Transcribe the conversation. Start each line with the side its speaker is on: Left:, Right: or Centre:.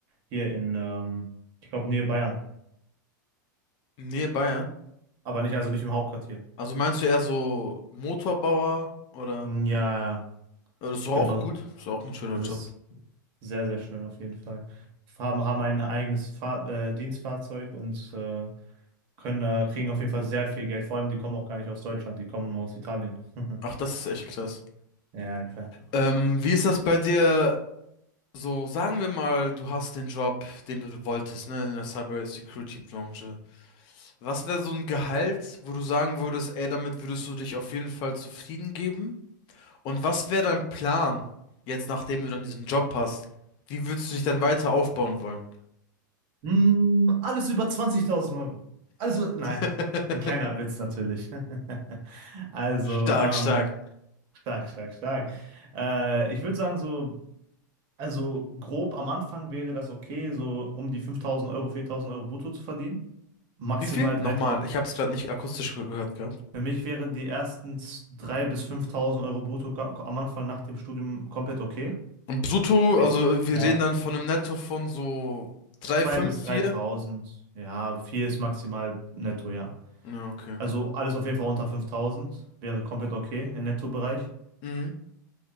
Right: hier in, ähm, ich glaube, Nähe Bayern.
Left: in Nähe Bayern.
Right: Aber nicht, also nicht im Hauptquartier.
Left: Also meinst du eher so Motorbauer oder?
Right: Ja, ja,
Left: Aber Das ist doch
Right: genau.
Left: auch gut. Das ist auch ein schöner
Right: Das
Left: Job.
Right: ist. Sehr, sehr schön auf jeden Fall. Haben, haben ein eigenes Fahr äh, Dienstfahrzeug und äh, können, äh, kriegen auf jeden Fall sehr viel Geld. Vor allem, die kommen auch gar nicht aus Deutschland, die kommen aus Italien. <laughs>
Left: Ach, das ist echt krass.
Right: Ja, klar.
Left: Ähm, wie ist das bei dir? So, sagen wir mal, du hast den Job, den du wolltest, ne, in der Cyber-Security-Branche. Was wäre so ein Gehalt, wo du sagen würdest, ey, damit würdest du dich auf jeden Fall zufrieden geben? Und was wäre dein Plan, jetzt nachdem du dann diesen Job hast? Wie würdest du dich dann weiter aufbauen wollen?
Right: Mm, alles über 20.000 Euro. Alles über, nein,
Left: <laughs>
Right: ein kleiner Witz natürlich. <laughs> Also,
Left: Stark,
Right: ähm,
Left: stark.
Right: stark, stark, stark. Äh, ich würde sagen, so, also grob am Anfang wäre das okay, so um die 5.000 Euro, 4.000 Euro brutto zu verdienen. Maximal
Left: Wie viel?
Right: dreitausend
Left: Nochmal, ich habe es gerade nicht akustisch ge- gehört gehabt.
Right: Für mich wären die ersten z- 3.000 bis 5.000 Euro brutto ka- am Anfang nach dem Studium komplett okay.
Left: Und brutto,
Right: Aber
Left: also
Right: ich,
Left: wir
Right: ja,
Left: reden dann von einem Netto von so 3,
Right: 2.000
Left: 5,
Right: bis 3.000.
Left: 4.
Right: ja, 4 ist maximal netto, ja.
Left: Ja, okay.
Right: Also alles auf jeden Fall unter 5.000 wäre komplett okay im Nettobereich.
Left: Mhm.